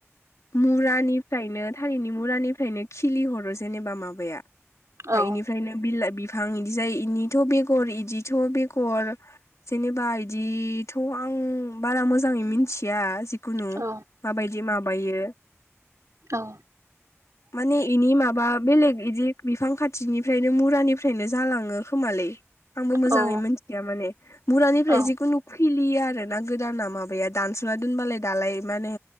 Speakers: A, on the left; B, on the right.
A: मुरानिफ्रायनो थालिरनि मुरानिफ्रायनो खिलि हरो जेनेबा माबाया
B: औ
A: इनिफ्रायनो बिलाइ बि बिफां बिदि जाय इनिथ' बेगर इदिथ' बेर गर जेनेबा बिदिथ' आं बारा मोजाङै मिथि या जिखुनु
B: औ
A: माबायदि माबायो
B: औ
A: माने इनि माबा बेलेग इदि बिफां खाथिनिफ्रायनो मुरानिफ्रायनो जालाङो खोमालै। आंबो मोजाङै
B: औ
A: मिथि माने बुरानिफ्राय
B: औ
A: जिकुनु खिलियो आरो ना गोदाना माबाया दानस'ना दोनबालाय दालाय मा होनो